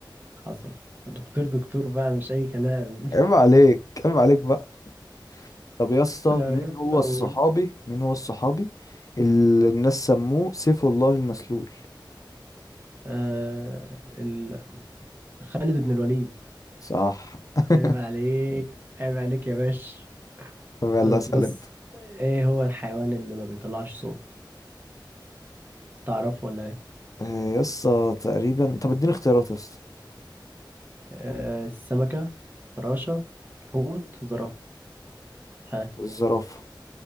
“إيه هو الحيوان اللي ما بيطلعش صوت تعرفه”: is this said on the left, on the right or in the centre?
Right